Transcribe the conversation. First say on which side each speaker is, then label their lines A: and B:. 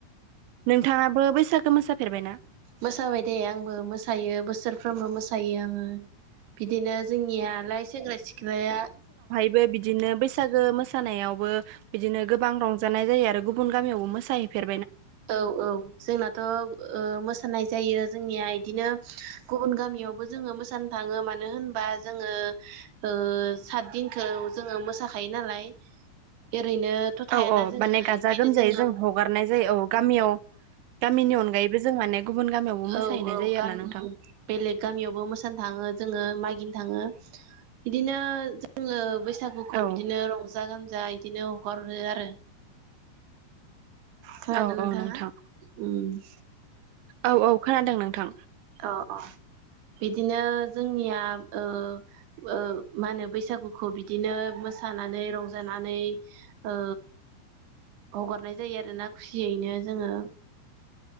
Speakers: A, on the right; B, on the right.
A: नोंथाङाबो बैसागो मोसाफेरबायना?
B: मोसाबाय दे आंबो मोसायो बोसोरफ्रोमबो मोसायो आङो बिदिनो जोंनियालाय सेंग्रा सिख्लाया
A: बे बिदिनो बैसागो मोसानायावबो बिदिनो गोबां रंजानाय जायो आरो गुबुन गामियावबो मोसाहैफेर
B: औ औ जोंनाथ' ओ मोसानाय जायो। जोंनिया इदिनो गुबुन गामियावबो जोङो मोसानो थाङो मानो होनबा जोङो ओ ओ सातदिनखौ जोङो मोसाखायो नालाय।
A: <inaudible>
B: ओरैनोथ' थायाना
A: औ औ
B: जोङो
A: माने गाजा
B: ओंखायनो
A: गोमजायै
B: जोङो
A: जों हगारनाय जायो औ गा मियाव गामिनि अनगायैबो जों माने गुबुन गामियावबो मोसाहैनाय
B: औ औ
A: जायो
B: गामि
A: आरो ना नोंथां।
B: बेलेग गामियावबो मोसानो थाङो जोङो माइक <unintelligible> थाङो बिदिनो जोङो बैसागुखौ
A: औ
B: बिदिनो रंजा गानजा बिदिनो हगार हरो आरो। खोनादों
A: औ
B: नोंथाङा
A: औ नोंथां
B: उम।
A: औ औ खोनादों नोंथां।
B: अ अ। बिदिनो जोंनिया ओ ओ मा होनो बैसागुखौ बिदिनो मोस सानानै रंजानानै ओ हगारनाय जायो आरोना खुसियैनो जोङो।